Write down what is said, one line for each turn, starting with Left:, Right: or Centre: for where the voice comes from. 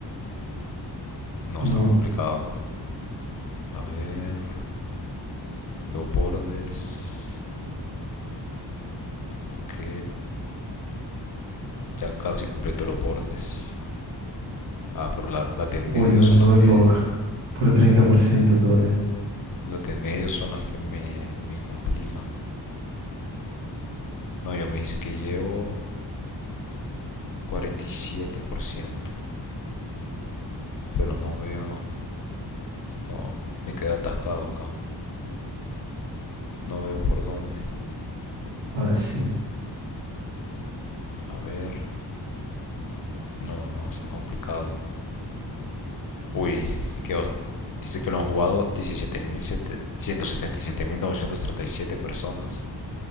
Left: No,
Right: No,
Left: está complicado. A ver. Los bordes. Ok. Ya casi completo los bordes. Ah, pero la, las de en
Right: uy,
Left: medio
Right: no,
Left: son
Right: yo
Left: las
Right: voy
Left: que.
Right: por, por 30% todavía.
Left: Las de en medio son las que me, me complican. No, yo me dice que llevo cuarenta y siete por ciento Pero no veo. No, me quedé atascado acá. No veo por dónde.
Right: Ahora sí.
Left: A ver. No, no, está complicado. Uy, que os- dice que lo han jugado diecisiete mil mil setenta y siete mil novecientos treinta y siete personas.